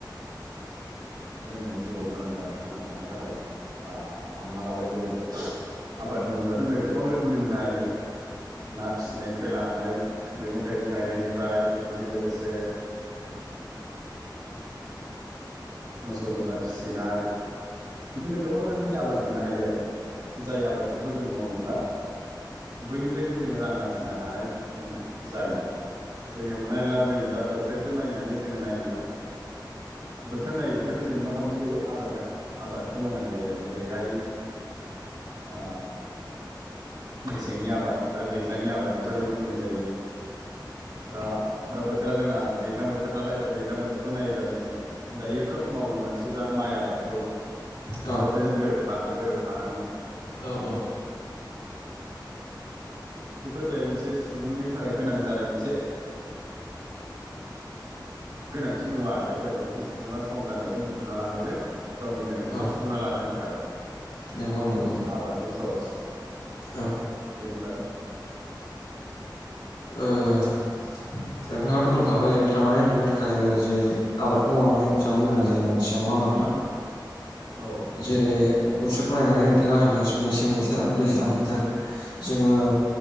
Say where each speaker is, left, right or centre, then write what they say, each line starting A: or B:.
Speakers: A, on the right; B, on the left.
A: जोंनो जिउआव गोनां जानाय थांना थानो थाखाय ओ हमना लाबाय जोङो आबाद बुङोब्लाखौनो जों गोबां रोखोमनि मोननो हायो ना फिसिनायनिफ्राय लानानै मैगं थाइगं गायनायनिफ्राय बेजों लोगोसे मोसौ बोरमा फिसिनाय बिदिनो गोबां रोखोमनि आबाद मोननो हायो आरो जाय आबादफोरखौ जों मावोब्ला बैनिफ्रायनो जोङो रां आरजिनो हानाय जोङो जायो। जेरै हमनानै ला जोङो दा बो थोरखौ नायनानै जोङो नायोब्ला बोथोर नायै बोथोरखौ जोङो मा खालामनाय जायो आबाद आबादखौ मावनाय जायो आरो जेरैहाय ओ मेसेंनि आबाद आरो दैज्लांनि आबाद बेफोरबायदि बुंनाय जायो। दा दा बोथोरा जोंना दैज्लां बोथोर नालाय दा दैज्लां बोथोरखौ नायोब्ला जोङो दायो खोब मावगोन मानसिफ्रा माइ आबादखौ
B: औ
A: बोथोरजों गोरोबफ्ला गोरोब फानानै
B: औ औ
A: बेफोर जायो मोनसे सुबुंनि थाखाय गोनां जानाय मोनसे गोनांथि मुवा आरो जाय खौनोखि सुबुङा सम जानायजों बुथुमना लानायजों गावनि गोनांथिखौ
B: औ
A: सुफुंना लानो थाखाय
B: नंगौ नंगौ
A: मोनसे आबादनि सर्स
B: औ ओ
A: बेनिफ्राय
B: ओ नोंथाङा थ' होनखाबाय जों थानानै थानो थाखाय जे आबादखौ मावनानै जानो गोनां जायो मानसिया नङा होमबा नोंथां? <inaudible>
A: औ
B: जेरै
A: औ
B: बोथोरखौ नायनानै हो नदों मेसें बोथोर आरो दैज्लां बोथोर जोङो